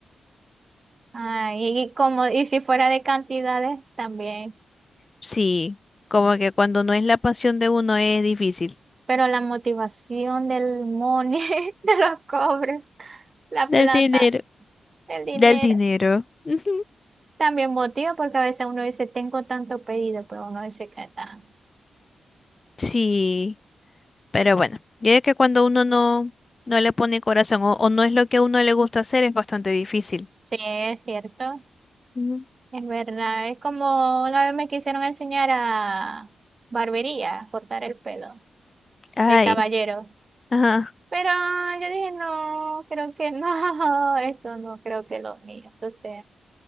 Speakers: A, on the right; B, on the left.
A: Ah, y, y como, y si fuera de cantidades, también.
B: Sí, como que cuando no es la pasión de uno es difícil.
A: Pero la motivación del money, <laughs> de los cobres, la
B: Del
A: plata,
B: dinero.
A: el dinero,
B: Del dinero. Ujú.
A: también motiva porque a veces uno dice, tengo tanto pedido, pero uno dice que está.
B: Sí, pero bueno, ya es que cuando uno no, no le pone corazón o, o no es lo que a uno le gusta hacer es bastante difícil.
A: Sí, es cierto,
B: Ujú.
A: es verdad. Es como una vez me quisieron enseñar a barbería, a cortar el pelo
B: Ay,
A: de caballero.
B: ajá,
A: Pero yo dije, no, creo que no, <laughs> esto no creo que lo mío. Entonces